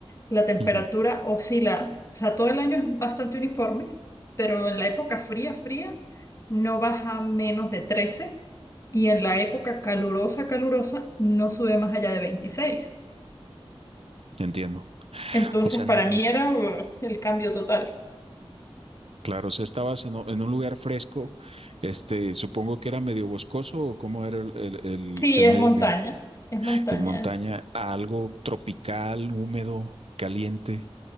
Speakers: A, on the left; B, on the right.
A: La temperatura
B: Ujú,
A: oscila, o sea, todo el año es bastante uniforme, pero en la época fría, fría, no baja menos de 13 y en la época calurosa, calurosa, no sube más allá de 26.
B: Entiendo.
A: Entonces,
B: O sea,
A: para
B: n-
A: mí era uh, el cambio total.
B: claro, o sea, estabas en, o- en un lugar fresco, este, supongo que era medio boscoso o cómo era el, el- el-
A: Sí,
B: el
A: es
B: medio
A: montaña,
B: ambiente.
A: es montaña,
B: Es montaña, algo tropical, húmedo. caliente.